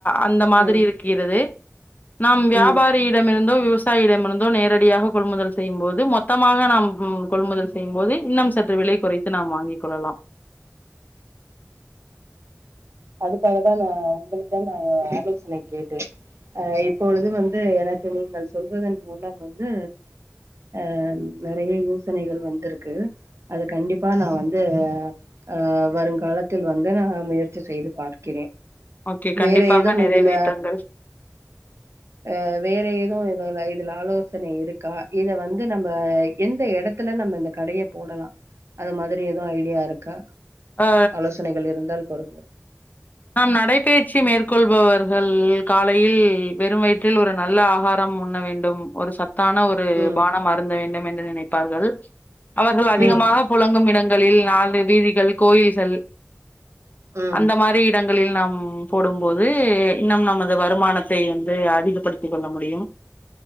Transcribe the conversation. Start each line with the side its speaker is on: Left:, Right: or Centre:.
Left: அந்த மாதிரி
Right: ம்,
Left: இருக்கிறது நாம் வியாபாரியிடமிருந்தோ
Right: ம்.
Left: விவச விவாசாயிடம்இருந்தோ நேரடியாக கொள்முதல் செய்யும்போது மொத்தமாக நாம் கொள்முதல் செய்யும் போது இன்னும் சற்று விலை குறைத்து நாம் வாங்கிக் கொள்ளலாம்
Right: அதுக்காகத்தானே உங்களிடம் ஆலோசனை கேட்டேன் அஹ இப்பொழுது வந்து எனக்கு நீங்கள் சொல்வதன் மூலம் வந்து அஹ நெறைய யோசனைகள் வந்திருக்கு அது கண்டிப்பா நான் வந்து ஆஹ் வருங்காலத்தில் வந்து நான் முயற்சி செய்து பார்க்கிறேன்
Left: ஓகே கண்டிப்பாக
Right: வேற ஏதுவும்
Left: நிறைவேற்றுங்கள்
Right: இதுல அஹ் வேற ஏதுவும் இதுல இதுல ஆலோ ஆலோசனை இருக்கா இத வந்து நம்ம எந்த இடத்துல நம்ம இந்த கடைய போடலாம் அது மாதிரி எதுவும் ஐடியா இருக்கா
Left: அ
Right: ஆலோசனைகள் இருந்தால் போவே <unintelligible>
Left: நாம் நடைபயிற்சி மேற்கொள்பவர்கள் காலையில் வெறும் வயிற்றில் ஒரு நல்ல ஆகாரம் உண்ண வேண்டும் ஒரு சத் கான ஒரு
Right: ம்
Left: பானம் அருந்த வேண்டும் என்று நினண பார்கள் அவர்கள் அதிகமாக
Right: ம்
Left: புழங்கும் இடங்களில் நான்கு வீதிகள் கோயில்கள்
Right: ம்
Left: அந்த மாரி ங்களில் நாம் போடும்போது நம் நமது வருமானத்தை வந்து அதிகப்படுத்திக் கொள்ள முடியும்